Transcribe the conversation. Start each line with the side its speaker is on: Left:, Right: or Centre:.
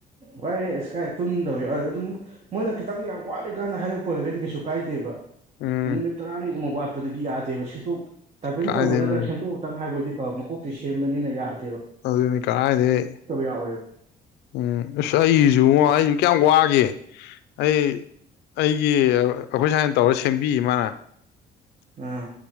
Right: ꯋꯥꯏ ꯑꯁ ꯀꯥꯏ ꯇꯨꯝꯗꯧ ꯌꯥ ꯑꯗꯨꯝ ꯃꯣꯏꯅ ꯈꯤꯇꯪ ꯌꯥꯝ ꯋꯥꯠꯂꯤꯀꯥꯟꯅ ꯍꯥꯏꯔꯛꯄ ꯑꯣꯏꯒꯗꯤ ꯀꯩꯁꯨ ꯀꯥꯏꯗꯦꯕ
Left: ꯎꯝ
Right: ꯅꯨꯃꯤꯠ ꯇꯔꯥꯅꯤꯒꯨꯝꯕ ꯋꯥꯠꯄꯗꯨꯗꯤ ꯌꯥꯗꯦꯕ ꯁꯦꯡꯇꯣꯛ ꯇꯥꯏꯄꯤꯡ
Left: ꯀꯥꯏꯗꯩꯅꯣ
Right: ꯇꯧꯕ ꯅꯠꯇ꯭ꯔꯒ ꯁꯦꯡꯇꯣꯛ ꯑꯃꯇꯪ ꯍꯥꯏꯕꯗꯤ ꯃꯀꯣꯛꯇꯤ ꯁꯦꯝꯕꯅꯤꯅ ꯌꯥꯗꯦ
Left: ꯑꯗꯨ ꯑꯗꯨꯅꯤ ꯀ ꯀꯥꯏꯗꯩꯩ
Right: ꯌꯥꯎꯋꯦꯕ
Left: ꯎꯝ ꯑꯁ ꯑꯩꯁꯨ ꯑꯩꯁꯨ ꯀꯌꯥꯝ ꯋꯥꯒꯦ ꯑꯩ ꯑꯩꯒꯤ ꯑꯩꯈꯣꯏ ꯁꯨꯃꯥꯏꯅ ꯇꯧꯔ ꯁꯦꯝꯕꯤ ꯃꯥꯅ
Right: ꯑꯥ